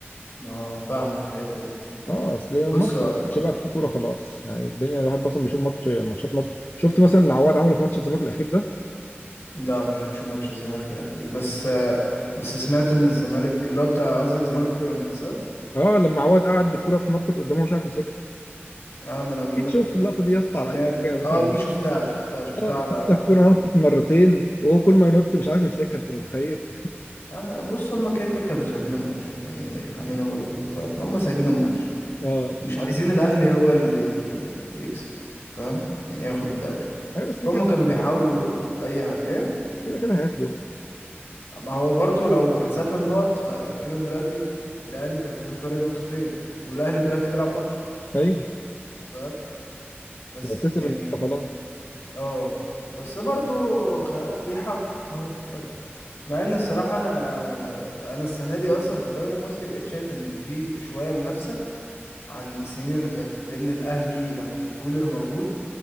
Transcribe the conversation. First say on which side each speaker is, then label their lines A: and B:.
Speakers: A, on the left; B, on the left.
A: اه فاهمك في الحته دي
B: اه اصل
A: بص
B: مصر
A: هو-
B: ماتش بقى في كوره خلاص يعني الدنيا الواحد اصلا بيشوف ماتش ماتشات مصر شفت مثلا اللي عواد عمله في ماتش الزمالك الاخير ده
A: لا ما شفتش ماتش الزمالك الاخير بس آه، بس سمعت ان الزمالك اللي هو بتاع قصدك زمالك وبيراميدز اه
B: اه لما عواد قعد الكوره تنطط قدامه مش عارف يمسكها
A: آه، ما انا بقول
B: اكيد
A: لك
B: شفت
A: آه،
B: اللقطه دي يا اسطى
A: سمعت
B: على اي حاجه مثلا
A: اه دي شفتها شفتها شفتها
B: اه
A: على
B: يا اسطى الكوره
A: تيك توك
B: نطت مرتين وهو كل ما ينط مش عارف يمسكها انت متخيل
A: آه بص هما كده كده كانوا سايبين الماتش يعني خلينا برضو فاهم هما سايبين الماتش
B: اه
A: مش عايزين الأهلي هو اللي آه، يكسب فاهم يعني ياخد الدوري
B: ايوه بس
A: فهم
B: كده
A: كانوا بيحاولوا
B: كده
A: أي حاجة إيه
B: كده كده هياخده
A: ما هو برضو لو حسبنا النقط فكده دلوقتي الأهلي كسبان فرق نقطتين والأهلي دلوقتي بيلعب ماتش
B: ايوه
A: فاهم بس
B: لو كسب
A: يعني
B: النهارده خلاص
A: اه بس برضو خ... بيحاولوا أهو يلا مع ان الصراحة انا انا السنة دي اصلا في الدوري المصري بقيت شايف ان في شوية منافسة عن السنين اللي فاتت لان الاهلي لما كان كولر موجود